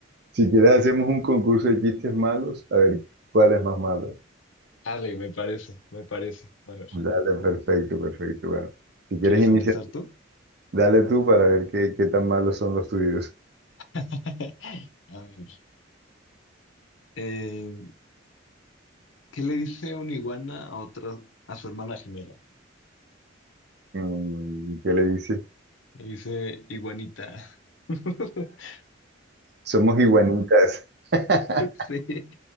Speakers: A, on the right; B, on the left.
A: Si quieres hacemos un concurso de chistes malos, a ver cuál es más malo.
B: Ale, me parece, me parece. A ver,
A: Dale, perfecto, perfecto. Bueno, si quieres
B: ¿quieres
A: iniciar,
B: empezar tú?
A: dale tú para ver qué, qué tan malos son los tuyos.
B: <laughs> A ver. eh, ¿qué le dice una iguana a otra, a su hermana gemela?
A: Mm, ¿Qué le dices?
B: Le dice iguanita. <laughs>
A: Somos iguanitas. <laughs>
B: Sí.